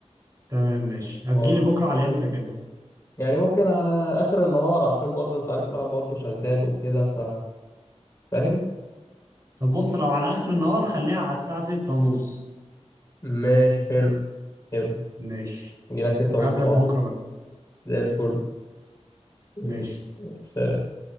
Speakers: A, on the right; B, on the left.
A: تمام ماشي هتجيلي
B: خالص
A: بكرة على امتى كده
B: يعني ممكن على اخر النهار عشان برضه انت عارف الواحد برضه شغال وكده ف فاهم
A: طب بص لو على اخر النهار خليها على الساعة ستة ونص
B: ماشي حلو حلو
A: ماشي
B: نجيلك ستة ونص
A: هقابلك
B: العصر
A: بكرة بقى
B: زي الفل ماشي
A: ماشي
B: ماشي. سلام